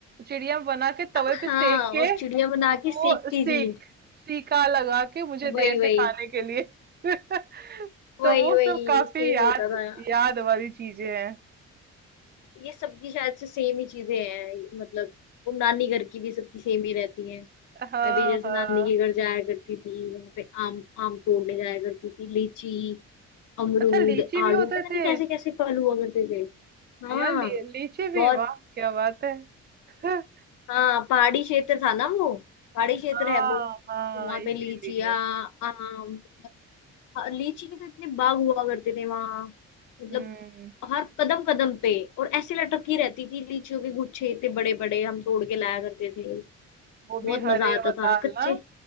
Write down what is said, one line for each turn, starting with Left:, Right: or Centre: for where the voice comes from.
Right: चिड़िया बना के तवे
Left: हाँ
Right: पे सेक
Left: और
Right: के
Left: चिड़िया
Right: और
Left: बना के
Right: वो
Left: सेकती
Right: सीक
Left: थी
Right: सीका लगा के मुझे दे
Left: वही
Right: ऐसे
Left: वही
Right: खाने के लिए <laughs>
Left: वही
Right: तो वो
Left: वही
Right: सब काफी
Left: सेम
Right: याद
Left: होता था यार।
Right: याद वाली चीजें हैं
Left: ये सबकी शायद से सेम ही चीजें हैं मतलब वो नानी घर की भी सबकी सेम ही रहती है
Right: हाँ
Left: मैं भी जैसे
Right: हाँ
Left: नानी के घर जाया करती थी वहां पे आम आम तोड़ने जाया करती थी लीची अमरूद
Right: अच्छा लीची
Left: आड़ू
Right: भी होते
Left: पता नहीं
Right: थे
Left: कैसे कैसे फल हुआ करते थे हाँ
Right: यार ली, लीची
Left: बहुत
Right: भी वाह क्या बात है <laughs>
Left: हाँ पहाड़ी क्षेत्र था ना वो पहाड़ी क्षेत्र
Right: हाँ
Left: है वो
Right: हाँ
Left: तो वहां पे
Right: इसीलिए
Left: लीचियाँ आम हाँ, लीची के तो इतने बाग हुआ करते थे वहां मतलब
Right: हम्म
Left: हर कदम कदम पे और ऐसे लटकी रहती थी लीचियों के गुच्छे इतने बड़े बड़े हम तोड़ के लाया करते थे
Right: वो
Left: बहुत
Right: भी हरे
Left: मजा आता
Right: और
Left: था
Right: लाल
Left: कच्चे
Right: ना